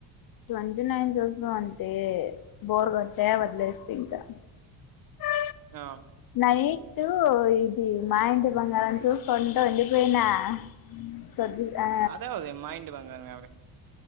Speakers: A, on the left; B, on the right.
A: ట్వంటీ నైన్ జుసినవంటే బోర్ కట్టా వదిలేస్త ఇంకా ఆ
B: ఆ
A: నైట్టు ఇది మా ఇంటి బంగారంం చూసుకుంట ఉండిపోయినా ఊ కొద్ది ఆ
B: అదే అది మా ఇంటి బంగారమె అది